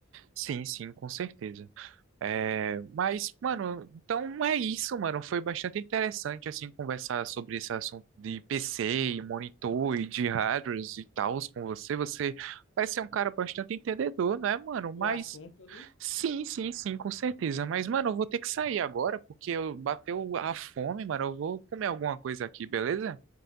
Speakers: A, on the right; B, on the left.
A: Sim, sim, com certeza. É, mas, mano, então é isso, mano. Foi bastante interessante, assim, conversar sobre esse assunto de PC, e monitor e de hardwares e tals com você. Você parece ser um cara bastante entendedor, né, mano?
B: Do
A: Mas,
B: assunto, né?
A: sim, sim, sim, com certeza. Mas, mano, eu vou ter que sair agora porque eu bateu a fome, mano. Eu vou comer alguma coisa aqui, beleza?